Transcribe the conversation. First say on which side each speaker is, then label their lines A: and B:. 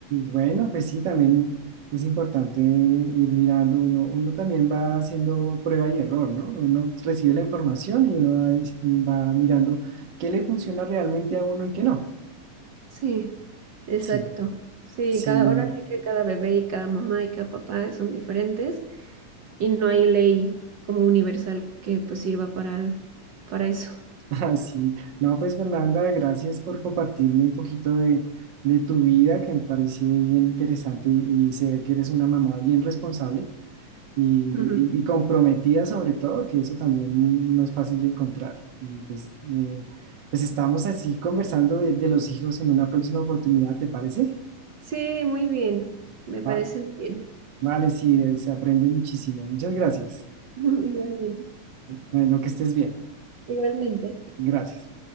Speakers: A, on the right; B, on the right.
A: Bueno, pues sí, también es importante ir mirando, uno, uno también va haciendo prueba y error, ¿no? Uno recibe la información y uno va, va mirando qué le funciona realmente a uno y qué no.
B: Sí, exacto.
A: Sí,
B: Sí,
A: sí,
B: cada, ahora sí que cada bebé y cada mamá y cada papá son diferentes y no hay ley como universal que pues sirva para, el- para eso.
A: <laughs> Ah, Sí, no, pues Fernanda, gracias por compartirme un poquito de, de tu vida, que me parece bien interesante y y se ve que eres una mamá bien responsable y,
B: Ujú.
A: y- y comprometida sobre todo, que eso también no es fácil de encontrar. Y pues, eh, pues estamos así conversando de, de los hijos en una próxima oportunidad, ¿te parece?
B: Sí, muy bien. Me parece
A: Va-
B: muy bien.
A: vale, sí, eh, se aprende muchísimo. Muchas gracias.
B: <laughs> Igualmente.
A: Bueno, que estés bien.
B: Igualmente.
A: Gracias.